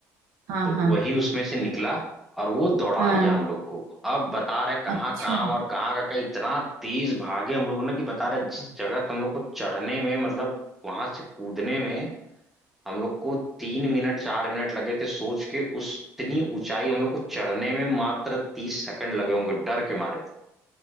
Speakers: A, on the right; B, in the centre.
A: हाँ
B: तो
A: हाँ
B: वही उसमें से निकला और वो दौड़ा
A: हाँ
B: लिया हम लोग को अब बता रहे कहाँ
A: अच्छा
B: काम और कहाँ का क्या इतना तेज भागे हम लोग ने कि बता रहे जिस जगह से हम लोग को चढ़ने में मतलब वहां से कूदने में हम लोग को तीन मिनट चार मिनट लगे थे सोच के उस इतनी ऊंचाई हम लोग को चढ़ने में मात्र तीस सेकंड लगे होंगे डर के मारे